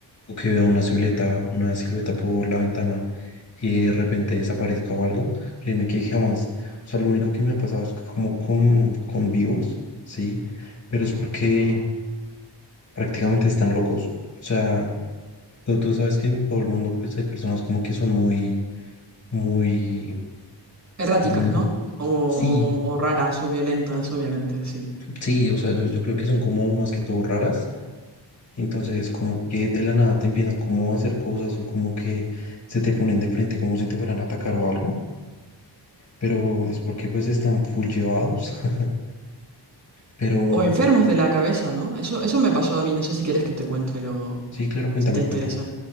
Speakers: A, on the left; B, on the right.
A: O que vea una silueta, una silueta por la ventana y de repente desaparezca o algo. Créeme que jamás. O sea, lo único que me ha pasado es como con, con vivos, ¿sí? Pero es porque prácticamente están locos. O sea, tú, tú sabes que en todo el mundo pues hay personas como que son muy muy...
B: Erráticas,
A: no, no,
B: ¿no? O,
A: sí,
B: o, o raras o violentas, obviamente, sí.
A: sí, o sea, yo, yo creo que son como más que todo raras. Entonces, como que de la nada te empiezan como a hacer cosas o como que se te ponen de frente como si te fueran a atacar o algo. Pero es porque pues están full llevados. <laughs> Pero
B: O enfermos de la cabeza, ¿no? Eso, eso me pasó a mí, no sé si quieres que te cuente luego,
A: sí, claro, cuéntame,
B: si te interesa.
A: cuéntame.